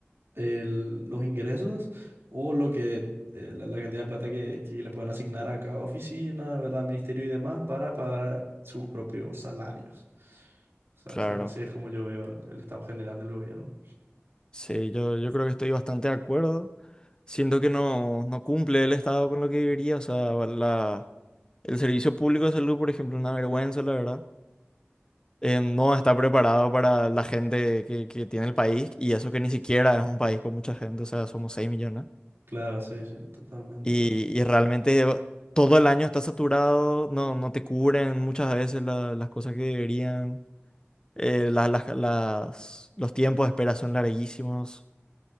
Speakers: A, on the right; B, on the left.
A: el- los ingresos o lo que eh, la, la cantidad de plata que, que le puedan asignar a cada oficina, ¿verdad? Ministerio y demás para pagar sus propios salarios. O sea,
B: claro.
A: o sea, así es como yo veo el el estado general del gobierno.
B: Sí, yo, yo creo que estoy bastante de acuerdo. Siento que no, no cumple el Estado con lo que debería. O sea, la, el servicio público de salud, por ejemplo, es una vergüenza, la verdad. Eh, no está preparado para la gente que, que tiene el país y eso que ni siquiera es un país con mucha gente, o sea, somos 6 millones.
A: Claro, sí, sí, totalmente,
B: Y,
A: bro.
B: y realmente eh, todo el año está saturado, no, no te cubren muchas veces la- las cosas que deberían. Eh, la- las, las- los tiempos de espera son larguísimos.